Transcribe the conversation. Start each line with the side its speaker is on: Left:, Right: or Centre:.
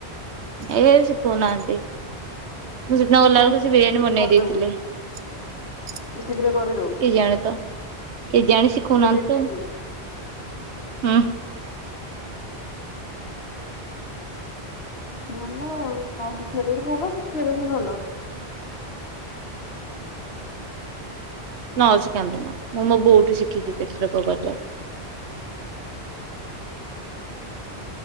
Right: ନାଇଁ ଏ ଶିଖଉ ନାହାନ୍ତି ମୁଁ ସେଦିନ ଗଲା
Left: କାଇଁ
Right: ବେଳକୁ ସେ ବିରିୟାନୀ
Left: ଶିଖିଲେ
Right: ବନେଇ
Left: କରିଦବୁ
Right: ଦେଇଥିଲେ। କିଏ
Left: ତୁ ଶିଖିଲେ କରିଦବୁ
Right: ଜାଣି ତ କେଏ ଜାଣି ଶିଖୋଉ
Left: କ୍ରେଡିଟ
Right: ନାହାନ୍ତି ତ।
Left: ନେଇଯିବୁ
Right: ହୁଁ।
Left: ଭଲ ଆଉ ନ ଶିଖେଇଲେ ବି ଭଲ ଶିଖେଇଲେ ବି ଭଲ।
Right: ନ ଶିଖାନ୍ତୁ ମା ମୁଁ ମୋ ବୋଉଠୁ ଶିଖିବି ଏଥରକ ଗଲେ।